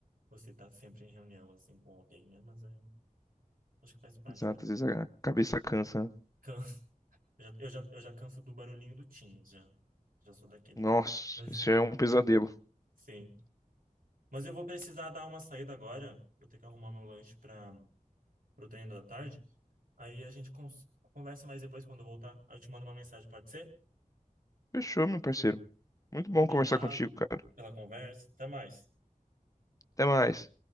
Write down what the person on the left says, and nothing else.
exato,
às vezes a cabeça cansa. né?
Nossa,
isso é um pesadelo.
Fechou, meu parceiro. Muito
bom
conversar contigo, cara.
Até mais.